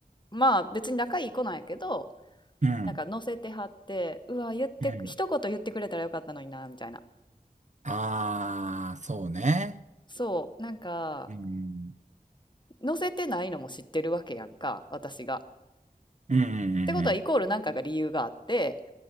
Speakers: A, on the left (about 30°); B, on the right (about 50°).
A: まあ別に仲いい子なんやけど、
B: うん、
A: なんか載せてはって、うわ、言って、
B: うん。
A: 一言言ってくれたらよかったのにな、みたいな。
B: ああ、そうね。
A: そう、なんか、
B: うん、
A: 載せてないのも知ってるわけやんか、私が。
B: うん、うん、
A: ってことは、イコールなんかが理由があって、